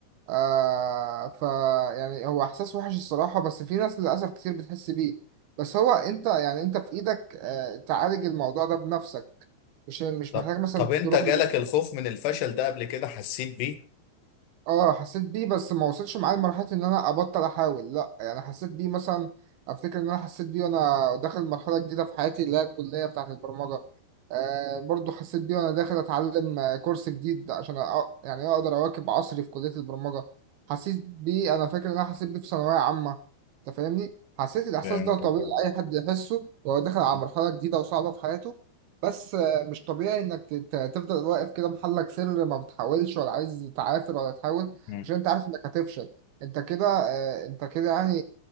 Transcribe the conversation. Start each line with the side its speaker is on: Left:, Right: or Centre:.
Right: آه ف يعني هو احساس وحش الصراحة بس في ناس للاسف كتير بتحس بيه بس هو انت يعني انت في ايدك آه تعالج الموضوع ده بنفسك مش مش
Left: طب
Right: محتاج مثلا
Left: طب انت
Right: تروح
Left: جالك الخوف من الفشل ده قبل كده حسيت بيه
Right: اه حسيت بيه بس ما وصلش معايا لمرحلة ان انا ابطل احاول لا يعني حسيت بيه مثلا افتكر ان انا حسيت بيه وانا داخل مرحلة جديدة في حياتي اللي هي الكلية بتاعة البرمجة آه برضو حسيت بيه وانا داخل اتعلم آه، كورس جديد عشان أ- يعني اقدر اواكب عصري في كلية البرمجة حسيت بيه انا فاكر ان انا حسيت بيه في ثانوية عامة انت فاهمني حسيت الاحساس
Left: فهمتك
Right: ده طبيعي
Left: آه.
Right: اي حد يحسه وهو داخل على
Left: م-
Right: مرحلة جديدة وصعبة في حياته بس مش طبيعي انك ت- ت- تفضل واقف كده محلك سر ما بتحاولش ولا عايز تعافر ولا تحاول
Left: م.
Right: عشان انت عارف انك هتفشل انت كده آه، انت كده يعني